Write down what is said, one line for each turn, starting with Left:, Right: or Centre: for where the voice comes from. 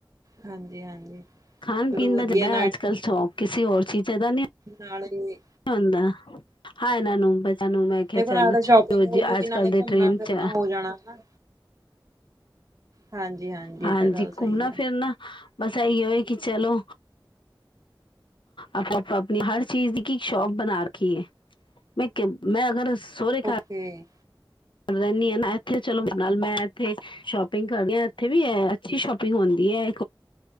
Right: ਹਾਂਜੀ-ਹਾਂਜੀ।
Left: ਖਾਣ-ਪੀਣ
Right: ਚਲੋ ਵਧੀਆ
Left: ਦਾ ਜਿਦਾ ਅੱਜ-ਕੱਲ੍ਹ ਸ਼ੌਂਕ ਕਿਸੇ ਹੋਰ ਚੀਜ਼ਾਂ ਦਾ ਨਹੀਂ
Right: ਨਾਲ਼ੇ
Left: ਹੁੰਦਾ ਐ ਹਾਂ ਇਹਨਾਂ ਨੂੰ ਬੱਚਿਆਂ ਨੂੰ ਮੈਂ ਕਿਹਾ
Right: ਦੇਖੋ
Left: ਚੱਲ
Right: ਨਾਲੇ ਤਾਂ ਸ਼ੋਪਿੰਗ
Left: ਦੂਜੇ
Right: ਹੋਜੂਗੀ
Left: ਅੱਜ-ਕੱਲ੍ਹ
Right: ਨਾਲੇ
Left: ਦੇ
Right: ਘੁੰਮਣਾ-ਫਿਰਨਾ
Left: ਟਰੈਂਡ 'ਚ'
Right: ਹੋ ਜਾਣਾ ਹਨਾ। ਹਾਂਜੀ-ਹਾਂਜੀ
Left: ਹਾਂਜੀ
Right: ਇਹ ਤਾਂ ਗੱਲ ਸਹੀ
Left: ਘੁੰਮਣਾ
Right: ਆ।
Left: ਫਿਰਨਾ ਬੱਸ ਇਹੀ ਓਏ ਕਿ ਚਲੋ ਆਪ-ਆਪ ਆਪਣੀ ਹਰ ਚੀਜ਼ ਕੀ ਸ਼ੌਕ ਬਣਾ ਰੱਖੀਏ, ਮੈਂ ਮੈਂ ਅਗਰ ਸੋਹਰੇ ਘਰ
Right: ਫੇਰ
Left: ਰਹਿੰਣੀ ਆ ਨਾ ਇੱਥੇ ਚਲ ਮੇਰੇ ਨਾਲ ਮੈਂ ਇੱਥੇ ਸ਼ੋਪਿੰਗ ਕਰਦੇ ਆ ਇੱਥੇ ਵੀ ਐ ਅੱਛੀ ਸ਼ੋਪਿੰਗ ਹੁੰਦੀ ਐ।